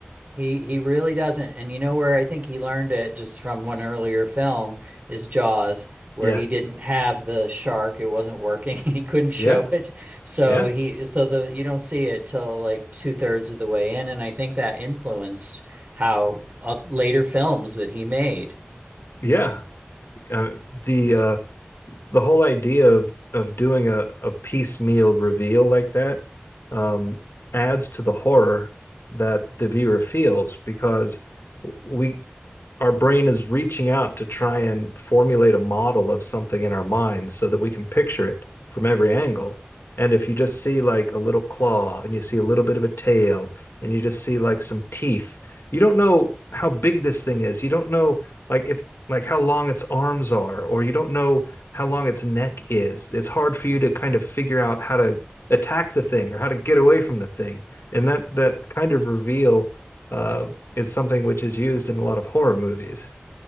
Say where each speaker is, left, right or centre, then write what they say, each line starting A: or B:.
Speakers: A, on the right (about 45°); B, on the left (about 80°).
A: He he really doesn't. And you know where I think he learned it just from one earlier film is Jaws, where
B: Yeah,
A: he didn't have the shark. It wasn't working <laughs> and he couldn't show
B: yeah,
A: it. So
B: yeah,
A: he so the you don't see it till like two thirds of the way in. And I think that influenced how uh, later films that he made.
B: yeah. Uh, the uh, the whole idea of of doing a a piecemeal reveal like that um, adds to the horror that the viewer feels because we our brain is reaching out to try and formulate a model of something in our minds so that we can picture it from every angle. And if you just see like a little claw and you see a little bit of a tail and you just see like some teeth, you don't know how big this thing is. You don't know like if like how long its arms are, or you don't know how long its neck is. It's hard for you to kind of figure out how to attack the thing or how to get away from the thing. And that that kind of reveal uh, is something which is used in a lot of horror movies.